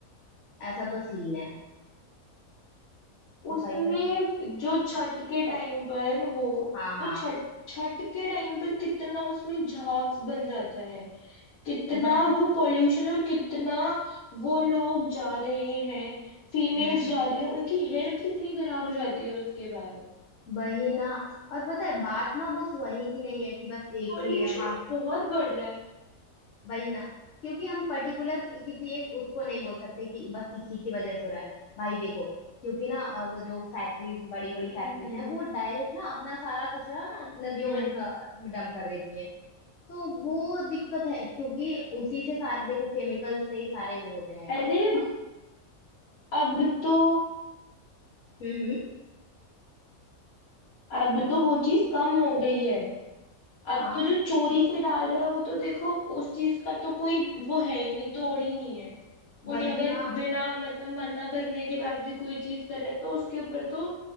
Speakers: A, on the left; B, on the left.
A: ऐसा तो सीन है कि
B: उसमें
A: भाई बल
B: जो छठ के टाइम पर हो
A: हाँ हाँ
B: तो छठ छठ के टाइम पर कितना उसमें झाग बन जाता है कितना
A: वही
B: वो पॉल्यूशन और कितना वो लोग जा रहे हैं फीमेल्स
A: हम्म
B: जा रही हैं उनकी हेल्थ कितनी खराब हो जाती है उसके बाद
A: वही ना और पता है बात ना बस वही की नहीं है कि बस एक
B: पॉल्यूशन
A: ही है हम
B: तो बहुत बढ़ रहा है
A: वही ना क्योंकि हम पर्टिकुलर किसी एक उसको नहीं बोल सकते कि बस इसी की वजह से हो रहा है भाई देखो क्योंकि ना अगर जो फैक्ट्रीज बड़ी बड़ी
B: हम्म
A: फैक्ट्रीज
B: हम्म
A: हैं वो डायरेक्ट ना अपना सारा कचरा ना नदियों
B: हम्म।
A: में डम कर देती हैं तो वो दिक्कत है क्योंकि उसी से सारे देखो केमिकल से ही सारे वो होते हैं
B: अरे
A: अ,
B: अब तो
A: हम्म हम्म,
B: अब तो वो चीज कम हो गई है अब
A: हाँ
B: तो जो चोरी से डाल रहा है वो तो देखो उस चीज का तो कोई वो है ही नहीं तोड़ ही नहीं है कोई
A: वही
B: अगर
A: ना
B: बिना मतलब मना करने के बाद भी कोई चीज करे तो उसके ऊपर तो